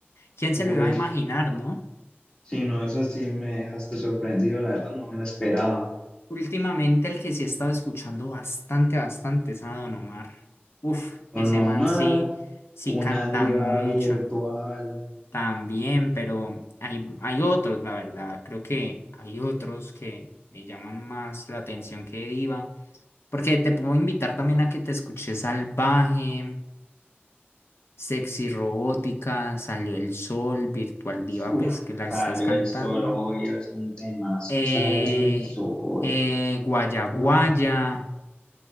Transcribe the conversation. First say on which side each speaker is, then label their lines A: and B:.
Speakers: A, on the left; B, on the left.
A: ¿Quién
B: Uy,
A: se lo iba a imaginar, no?
B: si no, eso sí me dejaste sorprendido, la verdad no me la esperaba.
A: Últimamente el que sí he estado escuchando bastante, bastante es a Don Omar. Uf,
B: Don
A: ese
B: Omar,
A: man sí, sí canta
B: una diva
A: mucho
B: virtual.
A: también, pero hay, hay otros, la verdad, creo que hay otros que me llaman más la atención que Diva. Porque te puedo invitar también a que te escuches Salvaje, Sexy Robótica, Salió el Sol, Virtual Diva,
B: Uf,
A: pues que la
B: salió
A: estás cantando.
B: el sol hoy, es un temazo.
A: Eh,
B: Salió el sol.
A: eh, Guaya Guaya,
B: Ah,